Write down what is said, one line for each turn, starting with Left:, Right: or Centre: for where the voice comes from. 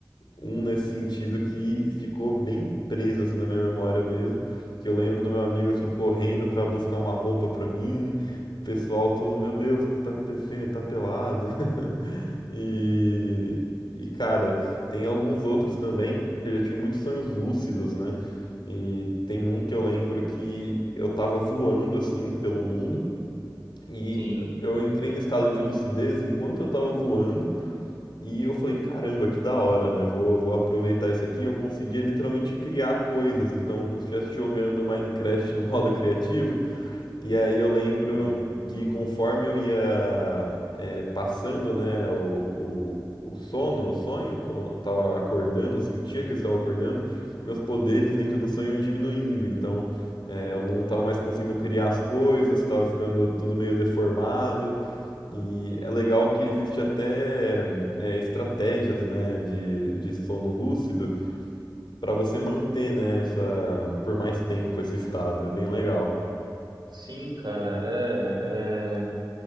Left: um nesse sentido que ficou bem preso assim na minha memória mesmo, que eu lembro do meu amigo assim correndo pra buscar uma roupa pra mim, o pessoal todo, meu Deus, o que que tá acontecendo? Ele tá pelado. <laughs> E e cara, tem alguns outros também que eu já tive muitos sonhos lúcidos, né? E tem um que eu lembro que eu tava voando assim pelo mundo e
Right: sim.
Left: eu entrei no estado de lucidez enquanto eu tava voando e eu falei, caramba, que da hora, né? Vou, vou aproveitar isso aqui. Eu conseguia literalmente criar coisas, então, como se estivesse jogando Minecraft no <laughs> modo criativo. E aí eu lembro
Right: Ah,
Left: que conforme eu ia é, passando, né, o, o, o sono, o sonho, co- eu tava acordando, eu sentia que eu estava acordando, meus poderes dentro do sonho iam diminuindo, então é, eu não tava mais conseguindo criar as coisas, tava ficando tudo meio deformado. E é legal que existe até é, estratégias, né, de, de sono lúcido para você manter, né, essa, por mais tempo esse estado. É bem legal.
Right: sim, cara, é, é,